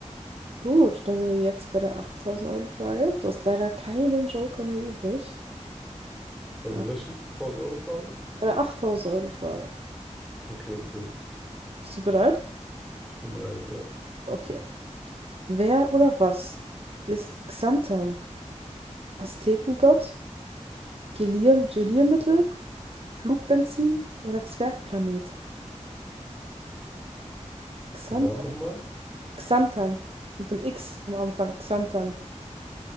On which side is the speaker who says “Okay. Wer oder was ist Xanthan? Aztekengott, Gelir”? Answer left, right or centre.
Right